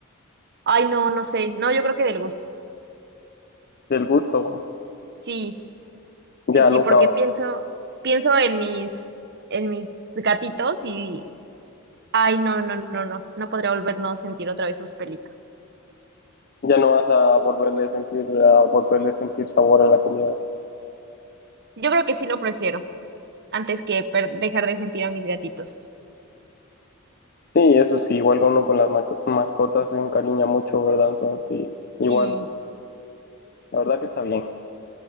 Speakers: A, on the right; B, on the left.
A: Ay, no, no sé. No, yo creo que del gusto.
B: Del gusto,
A: Sí, sí,
B: ya
A: sí,
B: nunca,
A: porque pienso, pienso en mis, en mis gatitos y, ay, no, no, no, no, no podría volvernos a sentir otra vez sus pelitos.
B: ya no vas a volverle a sentir, a volverle a sentir sabor a la comida.
A: Yo creo que sí lo prefiero antes que per- dejar de sentir a mis gatitos.
B: Sí, eso sí, igual uno con las ma- mascotas se encariña mucho, ¿verdad? Entonces sí, igual,
A: Sí,
B: la verdad que está bien.